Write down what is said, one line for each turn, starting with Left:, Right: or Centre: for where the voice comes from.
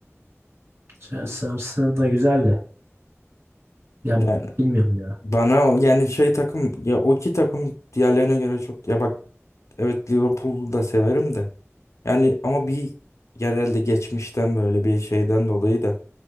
Right: Chelsea Arsenal da güzel de. Ya
Left: Yani
Right: bilmiyorum ya.
Left: bana o- yani şey takım ya o iki takım diğerlerine göre çok ya bak evet Liverpool'u da severim de yani ama bir yerelde geçmişten böyle bir şeyden dolayı da